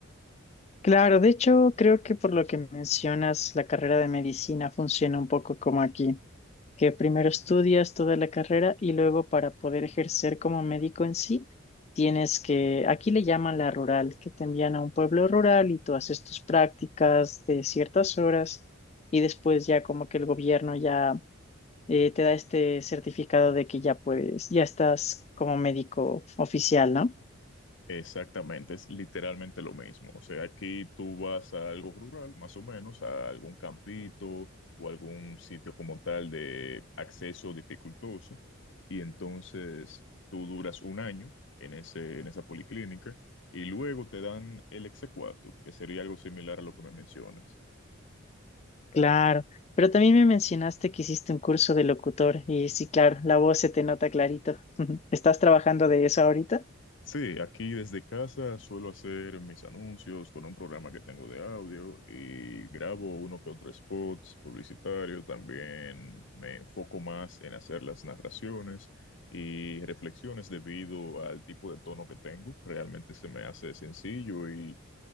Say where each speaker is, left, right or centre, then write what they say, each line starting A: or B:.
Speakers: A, on the left; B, on the left.
A: Claro, de hecho, creo que por lo que mencionas, la carrera de medicina funciona un poco como aquí. que primero estudias toda la carrera y luego para poder ejercer como médico en sí, tienes que, aquí le llaman la rural, que te envían a un pueblo rural y tú haces tus prácticas de ciertas horas y después ya como que el gobierno ya eh, te da este certificado de que ya puedes, ya estás como médico oficial, ¿no?
B: Exactamente, es literalmente lo mismo. O sea, aquí tú vas a algo rural, más o menos, a algún campito o algún sitio como tal de acceso dificultoso, y entonces tú duras un año en ese, en esa policlínica y luego te dan el exequatur, que sería algo similar a lo que me mencionas.
A: Claro. Pero también me mencionaste que hiciste un curso de locutor y sí, claro, la voz se te nota clarito. <laughs> ¿Estás trabajando de eso ahorita?
B: Sí, aquí desde casa suelo hacer mis anuncios con un programa que tengo de audio y grabo uno que otro spots publicitario. También me enfoco más en hacer las narraciones y reflexiones debido al tipo de tono que tengo. Realmente se me hace sencillo y